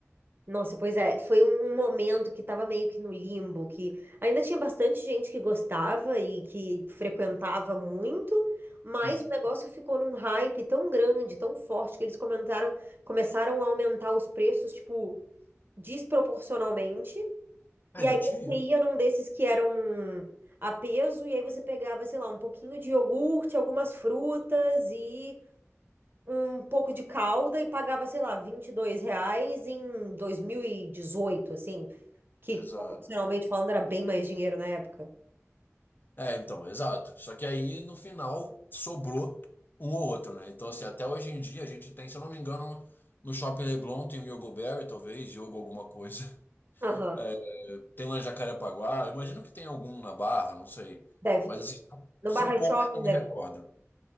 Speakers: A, on the right; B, on the left.
A: Nossa, pois é, foi um um momento que tava meio que no limbo, que ainda tinha bastante gente que gostava e que frequentava muito, mas
B: Uhum.
A: o negócio ficou num hype tão grande, tão forte, que eles comentaram, começaram a aumentar os preços, tipo, desproporcionalmente.
B: Ainda
A: E aí
B: tinha
A: você
B: isso.
A: ia num desses que eram a peso, e aí você pegava, sei lá, um pouquinho de iogurte, algumas frutas e um pouco de calda e pagava, sei lá, 22 reais em 2018 assim, que
B: Exato.
A: proporcionalmente falando era bem mais dinheiro na época.
B: É, então, exato. Só que aí, no final, sobrou um ou outro, né? Então, assim, até hoje em dia a gente tem, se eu não me engano, no Shopping Leblon tem o Yogo Berry, talvez, Yogo alguma coisa. <laughs>
A: Aham,
B: É, tem lá em Jacarepaguá, eu imagino que tem algum na Barra, não sei.
A: deve
B: Mas,
A: ter.
B: assim, são
A: No
B: são
A: Barra
B: poucos
A: Shopping
B: que eu me
A: deve.
B: recordo.